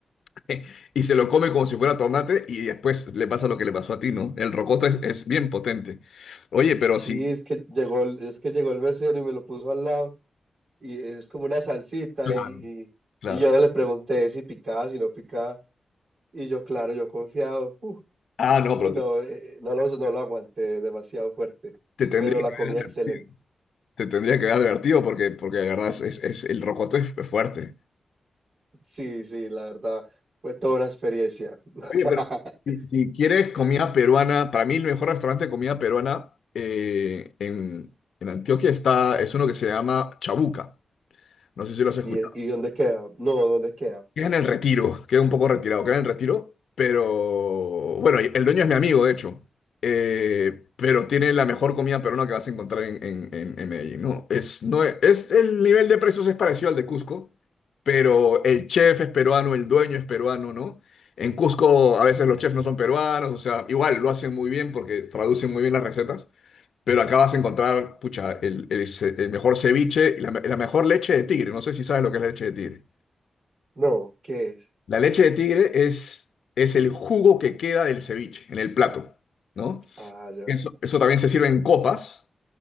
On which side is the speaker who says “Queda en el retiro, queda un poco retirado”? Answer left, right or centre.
Left